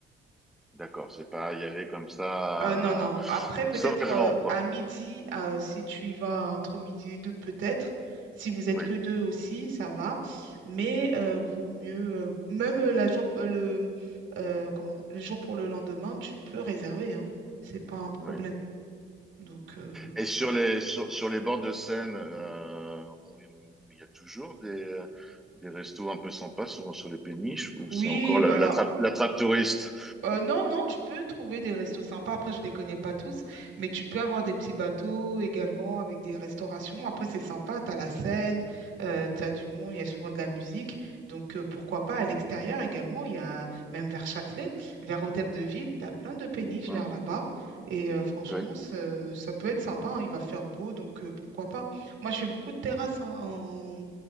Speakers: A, in the centre; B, on the right.
A: D'accord, c'est pas y aller comme ça,
B: Euh, non, non.
A: euh,
B: Après, peut-être
A: sauvagement,
B: euh,
A: quoi.
B: à midi, euh, si tu y vas entre midi et deux, peut-être. Si vous êtes
A: Oui,
B: que deux aussi, ça va. Mais euh, vaut mieux, euh, même euh, la jour, euh, le, euh, comment, le jour pour le lendemain, tu peux réserver, hein. C'est pas un problème.
A: oui.
B: Donc, euh,
A: Et sur les, sur, sur les bords de Seine, euh, on- il y a toujours des, des restos un peu sympas sur, sur les péniches, ou
B: oui,
A: c'est encore la,
B: bah
A: la
B: là
A: trappe, la trappe touriste?
B: Euh, non, non, tu peux trouver des restos sympas. Après, je ne les connais pas tous, mais tu peux avoir des petits bateaux également avec des restaurations. Après, c'est sympa, tu as la Seine, euh, tu as du monde, il y a souvent de la musique. Donc, euh, pourquoi pas à l'extérieur également, il y a même vers Châtelet, vers Hôtel de Ville, tu as plein de péniches
A: Hmm,
B: vers là-bas. Et euh, franchement,
A: oui,
B: ça, ça peut être sympa, hein, il va faire beau, donc euh, pourquoi pas. Moi, je fais beaucoup de terrasses hein, en,